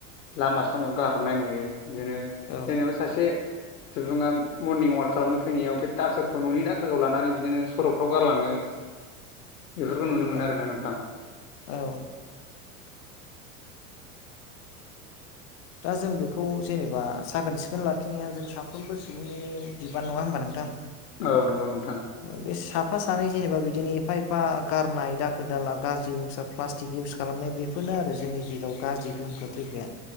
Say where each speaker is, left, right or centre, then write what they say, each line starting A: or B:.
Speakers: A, on the left; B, on the left.
A: लामा सामायाव गारहरनाय नुयो बिदिनो
B: औ
A: जेनेबा सासे सुबुंङा मर्निं अवाक खालामनो फैनायाव बे दाखोरखौ न'नि दाखोरखौ लानानै बिदिनो सरकफ्राव गारलाङो
B: <inaudible>
A: बेफोरखौ नुनो मोनो
B: औ
A: आरोना नोंथां‌।
B: औ दा जों बेखौ जेनेबा साखोन सिखोन लाखिनाया जों साफ्रोमबो सुबुंनिनो बिबान नङा होमबा नोंथां।
A: औ नोंगौ नों
B: बे साफा सानै जेनेबा बिदिनो एफा एफा गारनाय दाखोर दाला गाज्रि मुसारा प्लास्टिक इउस खालामनाय बेफोरनो आरो जों नि गेजेराव गाज्रि गोहोम खोख्लैगाया